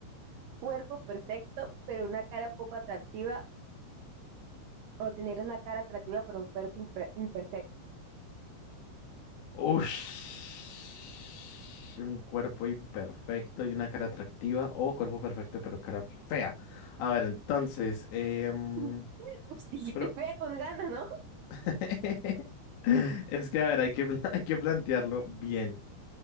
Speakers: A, on the right (about 60°); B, on the left (about 65°).
A: cuerpo perfecto, pero una cara poco atractiva, o tener una cara atractiva, pero un cuerpo imper- imperfecto.
B: Ush, un cuerpo imperfecto y una cara atractiva o cuerpo perfecto pero cara fea. A ver, entonces, em,
A: <laughs> Uy, dijiste
B: espero...
A: fea con ganas, ¿no?
B: <laughs> Es que, a ver, hay que, pla- <laughs> hay que plantearlo bien.